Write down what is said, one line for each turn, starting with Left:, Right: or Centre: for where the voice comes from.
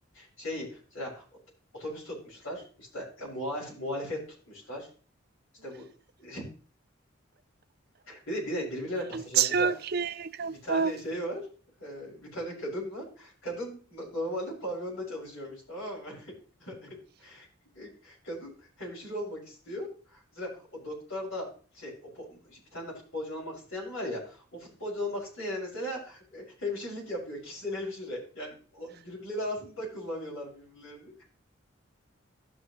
Left: şey mesela ot- otobüs tutmuşlar. İşte e, muhalef- muhalefet tutmuşlar. İşte bu <laughs> bir de, bir de birbirleriyle paslaşıyorlar.
Right: Çok
Left: Mesela
Right: iyi kafa.
Left: bir tane şey var. e, bir tane kadın var. Kadın no- normalde pavyonda çalışıyormuş tamam mı? <laughs> Kadın hemşire olmak istiyor. Mesela o doktor da şey o po- bir tane de futbolcu olmak isteyen var ya. O futbolcu olmak isteyene mesela e, hemşirelik yapıyor. Kişisel hemşire. Yani o- birbirleri arasında kullanıyorlar birbirlerini.